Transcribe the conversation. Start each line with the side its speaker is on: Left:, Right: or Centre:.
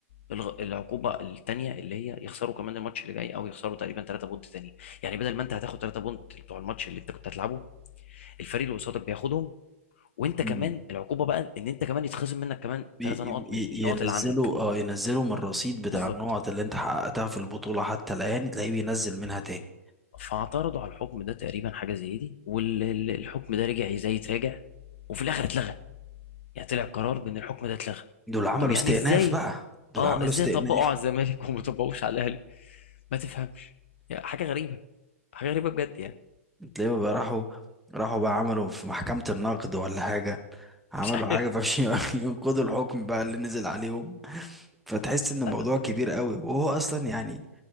Left: الغ- العقوبه الثانيه اللي هي يخسروا كمان الماتش اللي جاي او يخسروا تقريبا 3 بونت تاني يعني بدل ما انت هتاخد 3 بونت بتوع الماتش اللي انت كنت هتلعبه الفريق اللي قصادك بياخدهم وانت
Centre: مم.
Left: كمان العقوبه بقى ان انت كمان يتخصم منك كمان
Centre: بي-
Left: 3 نقط
Centre: ي-
Left: من النقط
Centre: ينزلوا
Left: اللي عندك
Centre: اه ينزلوا من الرصيد بتاع
Left: بالظبط
Centre: النقط اللي انت حققتها في البطولة حتى الآن تلاقيه بينزل منها تاني
Left: فاعترضوا على الحكم ده تقريبا حاجه زي دي والحكم ده رجع زي تراجع وفي الاخر اتلغى يعني طلع قرار بان الحكم ده اتلغى
Centre: دول عملوا
Left: طب يعني
Centre: استئناف
Left: ازاي
Centre: بقى دول
Left: اه
Centre: عملوا
Left: ازاي
Centre: استئناف
Left: طبقوا على الزمالك وما طبقوش على الاهلي ما تفهمش يعني حاجه غريبه حاجه غريبه بجد يعني
Centre: تلاقيهم بقى راحوا راحوا بقى عملوا في محكمة النقد ولا حاجة عملوا
Left: <laughs> مش عارف
Centre: حاجة فعشان <laughs> ينقضوا الحكم بقى اللي نزل عليهم فتحس ان
Left: لا
Centre: الموضوع كبير قوي وهو اصلا يعني